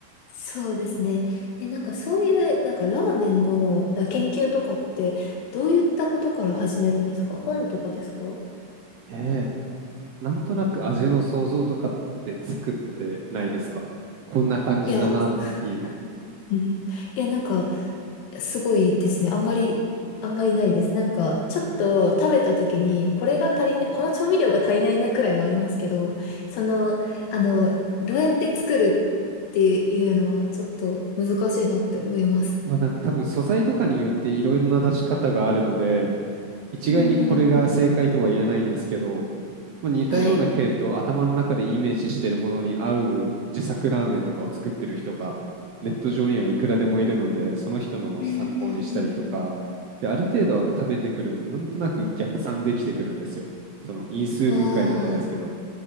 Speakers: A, on the left; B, on the right.
A: そうですね。え、なんかそういうなんかラーメンのだ研究とかってどういったことから始めるんですか本とかですか
B: ええ、なんとなく味の想像とかって作ってないですかこんな感じだなっていうの。
A: いや、<laughs> うん。いや、なんか、すごいですね。あんまり、あんまりないです。なんか、ちょっと食べた時に、これが足りない、この調味料が足りないなくらいはありますけど、その、あの、どうやって作るっていうのは、ちょっと難しいなって思います。
B: ままあなんか多分素材とかによっていろんな出し方があるので、一概にこれが正解とは言えないんですけど、
A: うんうん。
B: まあ、似たような系統、
A: はい。
B: 頭の中でイメージしてるものに合う自作ラーメンとかを作ってる人がネット上にはいくらでもいるので、その人のも参考にしたりとか、
A: うんうん
B: で、ある程度食べてくると、なんとなく逆算できてくるんですよ。その因数分解じゃないですけど、
A: うん。ああ、